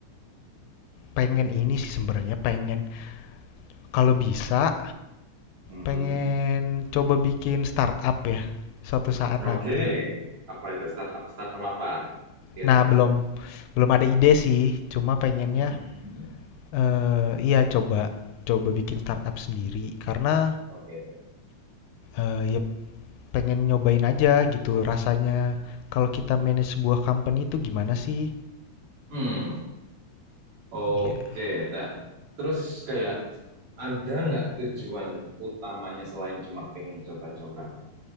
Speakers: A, on the left (about 80°); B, on the right (about 60°).
A: pengen ini sih sebenarnya pengen kalau bisa
B: ya?
A: Pengen coba bikin startup ya, suatu saat
B: Oke,
A: nanti.
B: apa itu startup startup apa sekiranya?
A: Nah, belum belum ada ide sih, cuma pengennya
B: Mm-mm.
A: eh iya coba coba bikin startup sendiri karena
B: Oke.
A: eh ya pengen nyobain aja gitu rasanya kalau kita manage sebuah company itu gimana sih?
B: Hmm, oke.
A: Iya.
B: Nah, terus kayak ada nggak tujuan utamanya selain cuma pengen coba-coba